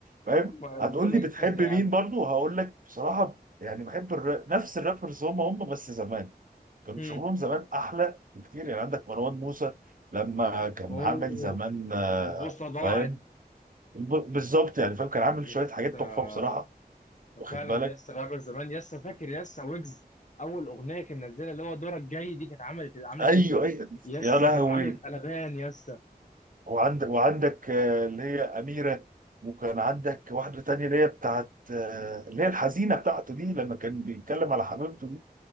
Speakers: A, on the right; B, on the left.
A: فاهم
B: يا عم ربنا
A: هتقول
B: ما
A: لي
B: يجيب
A: بتحب
B: حظي يا
A: مين
B: عم
A: برضو هقول لك بصراحه يعني بحب الرا... نفس الرابرز هم هم بس زمان كان
B: مم.
A: شغلهم زمان احلى بكتير يعني عندك مروان موسى لما كان
B: اوه
A: عامل زمان آه،
B: البوصه ضاعت
A: فاهم ب- بالظبط يعني فاهم كان عامل
B: يسا
A: شويه حاجات تحفه بصراحه واخد
B: فعلا
A: بالك
B: يسا رابر زمان يسا فاكر يسا ويجز اول اغنيه كان نزلها اللي هو دورك جاي دي كانت عملت عملت
A: ايوه
B: ايه
A: ايوه
B: يسا
A: يا لهوي
B: كانت عملت قلبان يسا
A: وعندك وعندك آه، اللي هي أميرة وكان عندك واحدة تانية اللي هي بتاعت آه، اللي هي الحزينة بتاعته دي لما كان بيتكلم على حبيبته دي